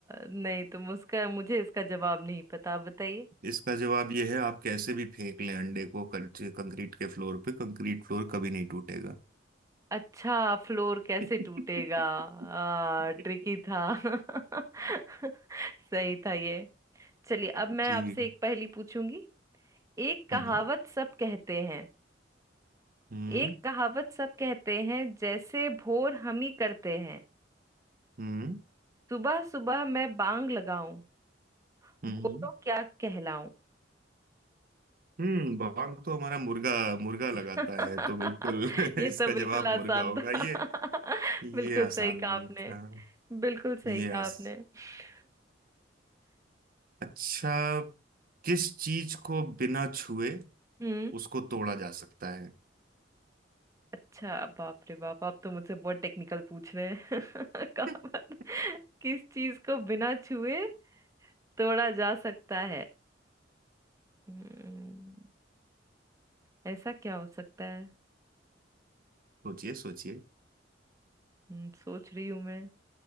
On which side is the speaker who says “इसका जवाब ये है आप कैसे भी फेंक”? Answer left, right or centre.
Right